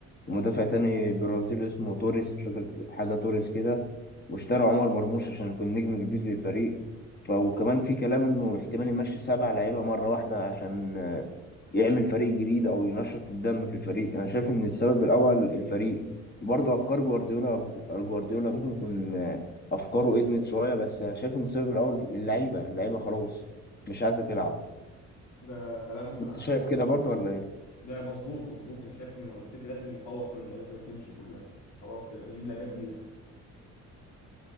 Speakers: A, on the left (about 35°); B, on the left (about 75°).
A: ومدافع تاني برازيلي اسمه توريس مش فاكر حاجة توريس كده واشترى عمر مرموش عشان يكون نجم جديد للفريق ف- وكمان في كلام إنه احتمال يمشي سبع لعيبة مرة واحدة عشان آه، يعمل فريق جديد أو ينشط الدم في الفريق أنا شايف إن السبب الأول الفريق برضه افكار جوارديولا جوارديولا ممكن يكون آه، افكاره ادمت شويه بس انا شايف المسبب الاول اللعيبه اللعيبه خلاص مش عايزه تلعب
B: ده كلام
A: انت شايف كده برضه ولا ايه
B: ده مظبوط مظبوط انا شايف ان السيتي لازم يفور كل اللعيبه دي وتمشي كلها خلاص كده يجيب لعيبه جديده